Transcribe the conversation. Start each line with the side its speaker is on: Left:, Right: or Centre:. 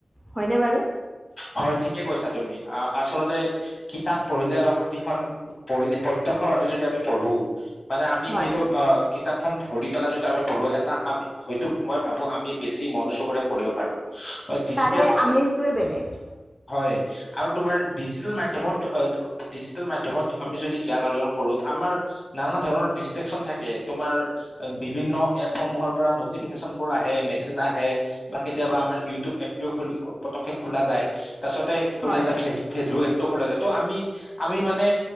Centre: হয়নে বাৰু?
Left: হয় ঠিকে কৈছা তুমি আ-আচলতে কিতাপ পঢ়িলে বা পুথিখন পঢ়িলে প্ৰত্যক্ষ ভাৱে যদি আমি পঢ়োঁ মানে আমি
Centre: হয়
Left: সেইটো অ কিতাপখন ধৰি পেলাই যদি আমি পঢ়ো, এটা আমি হয়তো মই ভাবো আমি বেছি মনোযোগৰে পঢ়িব পাৰো। ডিজিটেল
Centre: তাৰে আমেজটোৱে বেলেগ।
Left: হয় আৰু তোমাৰ ডিজিটেল মাধ্যমত ডিজিটেল মাধ্যমত আমি যদি জ্ঞান অৰ্জন কৰো আমাৰ নানা ধৰণৰ ডিষ্ট্ৰেকশচন থাকে তোমাৰ বিভিন্ন এপসমূহৰ পৰা নটিফিকেশচন বোৰ আহে মেছেজ আহে বা কেতিয়াবা আমাৰ ইউটিউব এপ ও পটককে খোলা যায় তাৰ পাছতে খোলা
Centre: হয়
Left: যায় ফেচবুক ফেচবুক এপটো খোলা যায় ত আমি আমি মানে